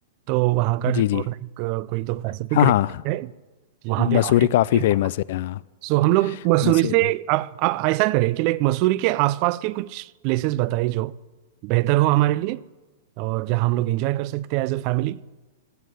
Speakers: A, on the right; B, on the left.
A: तो वहाँ का
B: जी
A: जो
B: जी
A: लाइक कोई तो पैसिफिक
B: हाँ
A: रेट
B: हाँ
A: है जी वहाँ पे जी
B: मसूरी
A: हमारे
B: काफ़ी फेमस है हाँ
A: सो हम लोग मसूरी
B: मसूरी
A: से आप आप ऐसा करें कि लाइक मसूरी के आसपास के कुछ प्लेसेस बताइए जो बेहतर हो हमारे लिए और जहाँ हम लोग एंजॉय कर सकते हैं एज अ फैमिली